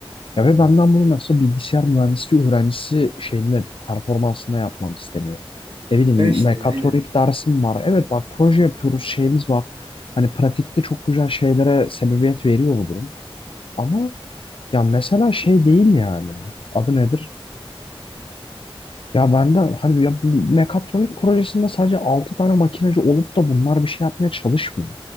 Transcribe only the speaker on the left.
Ya ve
benden bunu mesela bilgisayar mühendisliği öğrencisi şeyinde performansında yapmam isteniyor. Ne bileyim
mekatronik
dersim var. Evet bak proje yapıyoruz şeyimiz var. Hani pratikte çok güzel şeylere sebebiyet veriyor bu durum. Ama ya mesela şey değil yani. Adı nedir? Ya ben de hani ya bir mekatronik projesinde sadece 6 tane makineci olup da bunlar bir şey yapmaya çalışmıyor.